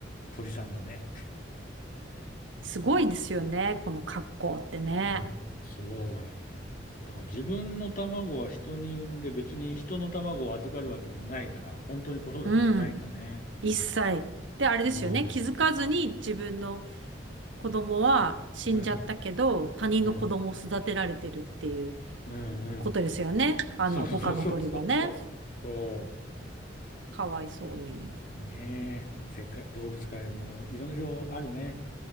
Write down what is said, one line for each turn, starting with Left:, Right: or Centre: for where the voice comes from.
Left: 鳥さんだね。
Right: すごいですよね。この格好ってね。
Left: うんすごい。だから自分の卵は人に産んで別に人の卵を預かるわけでもないから、本当に子育てしないんだね。
Right: うん。
Left: うん。
Right: 一切。で、あれですよね。
Left: うん。
Right: 気づかずに自分の子供は死んじゃったけど、
Left: うん。
Right: 他人の子供を育てられてるっていう
Left: うん。うん。うん
Right: ことですよね。あの、
Left: そうそうそうそうそう。
Right: 他の鳥はね。
Left: そ
Right: かわいそうに。
Left: う。ねえ。世界、動物界もいろいろあるね。